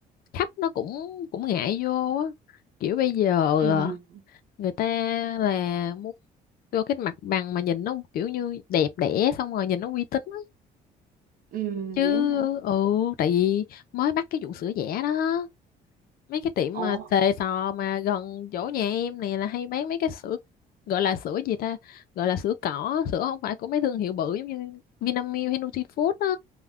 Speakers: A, on the left (about 60°); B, on the right (about 60°).
A: khách nó cũng cũng ngại vô á kiểu bây giờ
B: ừ
A: ờ, người ta là muốn vô cái mặt bằng mà nhìn nó kiểu như đẹp đẽ xong rồi nhìn nó uy tín á.
B: ừ
A: chứ
B: vậy hả
A: ừ tại vì mới bắt cái vụ sữa giả đó mấy cái tiệm
B: ủa
A: mà xề xò mà gần chỗ nhà em này là hay bán mấy cái sữa gọi là sữa gì ta gọi là sữa cỏ sữa không phải của mấy thương hiệu bự giống như Vinamilk hay Nutifood á